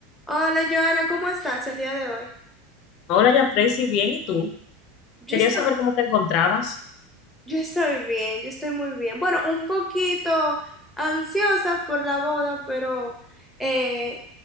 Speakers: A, in the centre; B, on the left (about 50°).
A: Hola Joana, ¿cómo estás el día de hoy?
B: Hola, ya Tracy, bien, ¿y tú?
A: Yo
B: Quería
A: estoy,
B: saber cómo te encontrabas.
A: yo estoy bien, yo estoy muy bien. Bueno, un poquito ansiosa por la boda, pero eh,